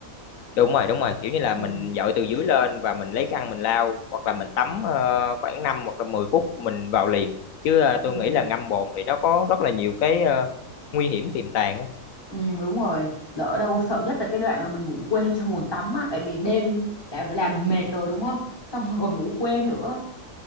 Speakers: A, on the left; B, on the left.
A: đúng rồi đúng rồi kiểu như là
B: ừ
A: mình dội từ dưới lên và mình lấy khăn mình lau hoặc là mình tắm ờ, khoảng 5 hoặc là 10 phút mình vào liền chứ ờ,
B: ừ
A: tôi nghĩ là ngâm bồn thì nó có rất là nhiều cái ờ, nguy hiểm tiềm tàng á.
B: ừ đúng rồi lỡ đâu sợ nhất là cái đoạn mà mình ngủ quên trong bồn tắm á tại vì đêm đã làm mệt rồi đúng không xong rồi còn ngủ quên nữa